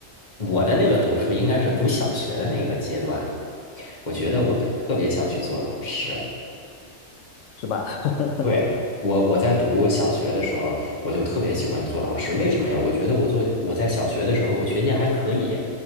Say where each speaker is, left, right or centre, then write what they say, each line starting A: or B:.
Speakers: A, on the left; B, on the left.
A: 我的那个读书应该是读小学的那个阶段，我觉得我特别想去做老师。
B: 嗯，是吧？
A: 对，
B: <laughs>
A: 我我在读小学的时候，我就特别喜欢做老师。为什么呀？我觉得我做我在小学的时候，我学习还可以，